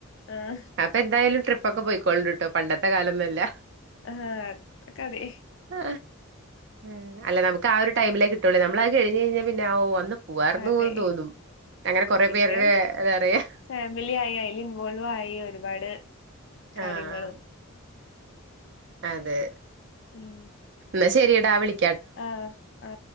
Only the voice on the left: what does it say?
ആഹ്
ഹാ കതെ
അതെ
പിന്നെ
ഫാമിലി ആയി അയ്ൽ ഇൻവോൾവ് ആയി ഒരുപാട് കാര്യങ്ങള്
ഉം
ആ ആ